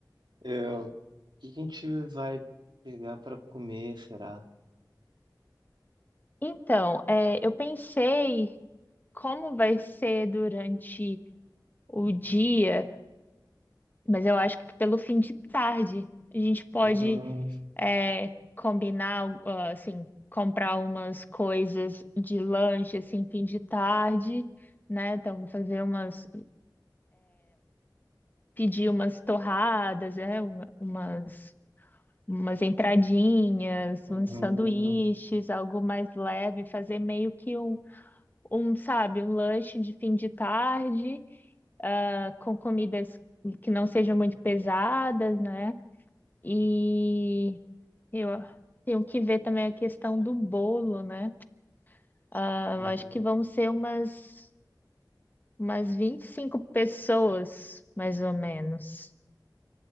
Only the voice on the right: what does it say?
Eu, o que que a gente vai pegar para comer, será?
Uhum,
uhum,
uhum.